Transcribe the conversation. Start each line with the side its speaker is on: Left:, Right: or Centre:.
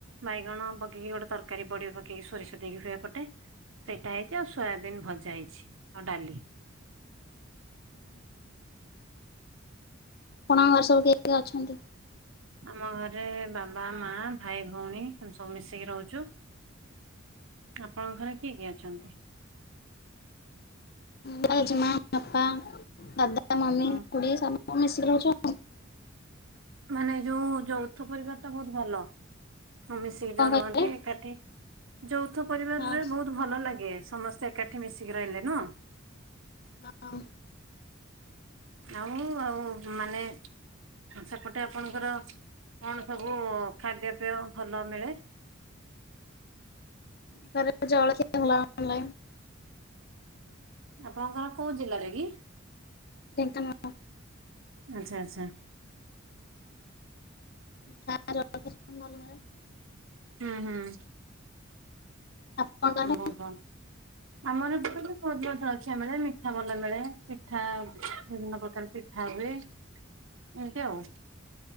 Right: ବାଇଗଣ ପକେଇକି ଗୋଟ ତରକା- କାରୀ ବଡି ପକେଇକି ସୋରିଷ ଦେଇକି ଏ ପଟେ ସେଇଟା ହେଇଛି ଆଉ ସୋୟାବିନ୍ ଭଜା ହେଇଛି ଆଉ ଡାଲି
Left: <inaudible> ଆପଣଙ୍କ ଘରେ ସବୁ କିଏ କିଏ ଅଛନ୍ତି?
Right: ଆମ ଘରେ ବାବା ମା ଭାଇ ଭଉଣୀ ଆମେ ସବୁ ମିଶିକି ରହୁଛୁ ଆପଣଙ୍କ ଘରେ କିଏ କିଏ ଅଛନ୍ତି?
Left: ଜେଜେ ମା ବାପା ଦାଦା ମମି
Right: ହଁ
Left: ଖୁଡି ସବୁ ମିଶିକି ରହୁଛୁ ଆଉ
Right: ମାନେ ଯୋଉ ଯୌଥ ପରିବାରଟା ବହୁତ ଭଲ ମିଶିକି
Left: କଣ
Right: ଯୋଉ ରୁହନ୍ତି
Left: କହିଲେ?
Right: ଏକାଠି ଯୌଥ ପରିବାରରେ
Left: ହଁ
Right: ବହୁତ୍ ଭଲ ଲାଗେ ସମସ୍ତେ ଏକାଠି ମିଶିକି ରହିଲେ ନୁହଁ।
Left: ନା
Right: ଆଉ ଆଉ ମାନେ। ସେପଟେ ଆପଣଙ୍କର କଣ ସବୁ ଖାଦ୍ୟ ପେୟ ଭଲ ମିଳେ।
Left: କରେ ଅଲାଇନ୍।
Right: ଆପଣଙ୍କର କୋଉ ଜିଲ୍ଲାରେରେ କି?
Left: ଢେଙ୍କାନାଳ।
Right: ଆଚ୍ଛା ଆଚ୍ଛା।
Left: ମିଠା ର ଭଲ ମିଳେ।
Right: ହୁଁ ହୁଁ।
Left: ଆପଣଙ୍କ ଆଡେ?
Right: ହଁ ବହୁତ ଭଲ ଆମର ଏ ବହୁତ ବି ଅଛି ମିଳେ ମିଠା ଭଲ ମିଳେ। ପିଠା ବିଭିନ୍ନ ପ୍ରକାର ପିଠା ହୁଏ ଏମିତି ଆଉ।